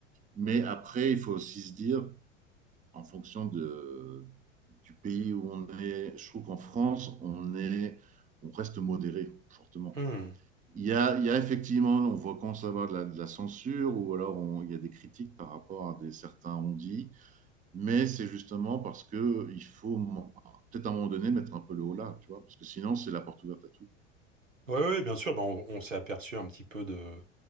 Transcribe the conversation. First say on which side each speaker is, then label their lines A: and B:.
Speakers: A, on the right; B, on the right.
A: Mais après, il faut aussi se dire, en fonction de, du pays où on est. Je trouve qu'en France, on, est, on reste modéré fortement.
B: Hmm.
A: Il y, a, il y a effectivement, on voit quand ça va de la, de la censure ou alors on, il y a des critiques par rapport à des certains on mais c'est justement parce que il faut peut-être à un moment donné mettre un peu le haut là, tu vois, parce que sinon c'est la porte ouverte à tout.
B: Ouais, ouais, bien sûr, bah, on, on s'est aperçu un petit peu de,